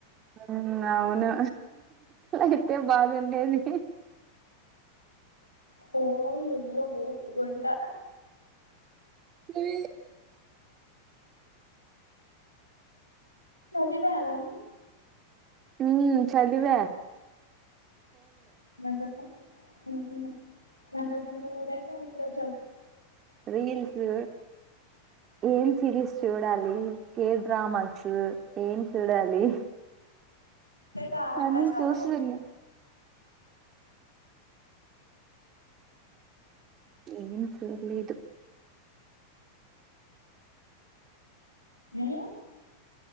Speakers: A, on the right; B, on the left.
A: ఉమ్మ్ అవును అయితే బావేం డేది
B: ఓ ఎల్లో పోదు గుంట
A: నువి
B: చదివావా
A: ఉహ్మ్ చదివ
B: నాకసల్ ఉహూమ్మ్ నాకసల్ మూడే రావట్లేదు చ
A: రిల్సు ఏం సిరీస్ చూడాలి కే డ్రామాస్ ఏం చూడాలి
B: రావట్లే
A: అని
B: చదవకి
A: చూస్తున ఏం చూడ్లేదు
B: ఉమ్మ్